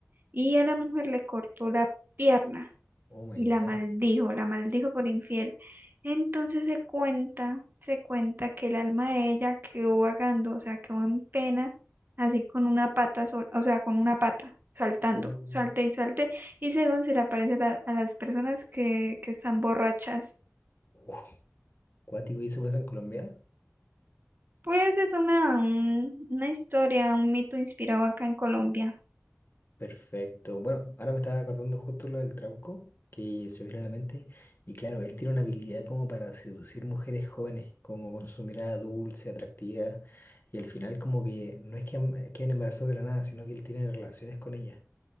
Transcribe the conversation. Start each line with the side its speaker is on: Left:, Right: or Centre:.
Right: y a la mujer le cortó la pierna
Left: Oh my
Right: y la
Left: God.
Right: maldijo, la maldijo por infiel. Entonces se cuenta, se cuenta que el alma de ella quedó vagando, o sea, quedó en pena, así con una pata sola, o sea, con una pata, saltando,
Left: Uh,
Right: salte y salte, y según se le aparece la- a las personas que, que están borrachas.
Left: uh, cuático, ¿y eso pasa en Colombia?
Right: Pues es una, un- una historia, un mito inspirado acá en Colombia.
Left: Perfecto. Bueno, ahora me estaba acordando justo lo del Trauco, que se me vino a la mente. Y claro, él tiene una habilidad como para seducir mujeres jóvenes, como con su mirada dulce, atractiva. Y al final como que no es que am- eh, queden embarazadas de la nada, sino que él tiene relaciones con ellas.